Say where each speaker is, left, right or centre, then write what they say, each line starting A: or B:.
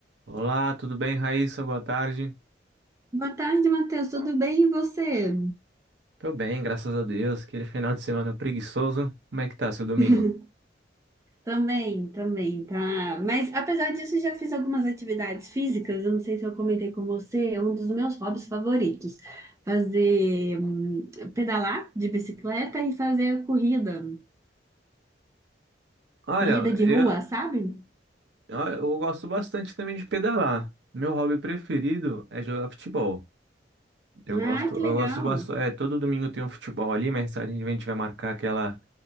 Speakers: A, on the right; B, on the right.
A: Olá, tudo bem, Raíssa? Boa tarde.
B: Boa tarde, Matheus. Tudo bem? E você?
A: Tô bem, graças a Deus. Aquele final de semana preguiçoso. Como é que tá seu domingo?
B: <laughs> Também, também, tá. Mas apesar disso, já fiz algumas atividades físicas. Eu não sei se eu comentei com você, é um dos meus hobbies favoritos. Fazer hum, pedalar de bicicleta e fazer corrida,
A: Olha,
B: corrida de
A: eu,
B: rua, sabe?
A: eu gosto bastante também de pedalar. Meu hobby preferido é jogar futebol. Eu
B: Ah,
A: gosto,
B: que
A: eu
B: legal.
A: gosto bastante. É, todo domingo tem um futebol ali, mas a gente vai marcar aquela,